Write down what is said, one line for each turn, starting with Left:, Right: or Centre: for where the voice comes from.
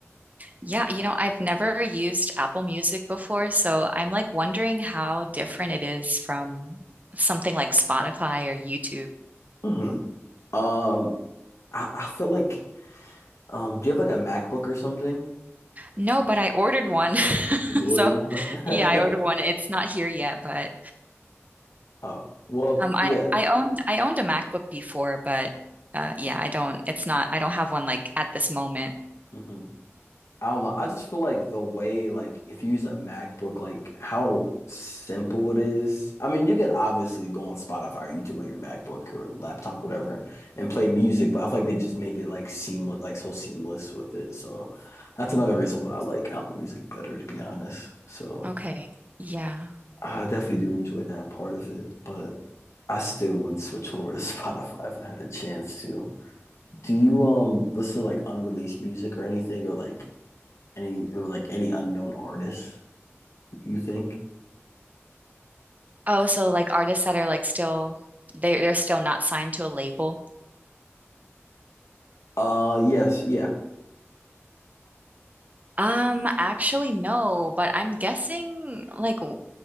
Right: Yeah, you know, I've never used Apple Music before, so I'm like wondering how different it is from something like Spotify or YouTube.
Left: mhm. Um, I, I feel like um, do you have like a MacBook or something?
Right: No, but I ordered one. <laughs>
Left: You
Right: So,
Left: ordered one?
Right: yeah, I
Left: <laughs>
Right: ordered one. It's not here yet, but
Left: Oh, well,
Right: um I
Left: yeah.
Right: I owned I owned a MacBook before, but uh yeah, I don't it's not I don't have one like at this moment.
Left: mhm. I don't know. I just feel like the way, like, if you use a MacBook, like how simple it is. I mean, you can obviously go on Spotify or YouTube on your MacBook or laptop, whatever, and play music, but I feel like they just make it like seamless, like so seamless with it. So that's another reason why I like Apple Music better, to be honest. So
Right: Okay. Yeah.
Left: I definitely do enjoy that part of it, but I still would switch over to <laughs> Spotify if I had a chance to. Do you um listen to like unreleased music or anything, or like any or like any unknown artists, you think?
Right: Oh, so like artists that are like still they they're still not signed to a label.
Left: Uh yes, yeah.
Right: Um, actually, no, but I'm guessing like w-